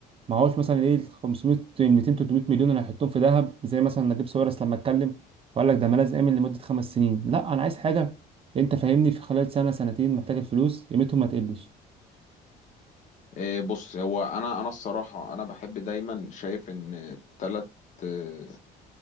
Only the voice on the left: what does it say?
إيه، بص هو أنا أنا الصراحة أنا بحب دايما شايف إن تلات إيه،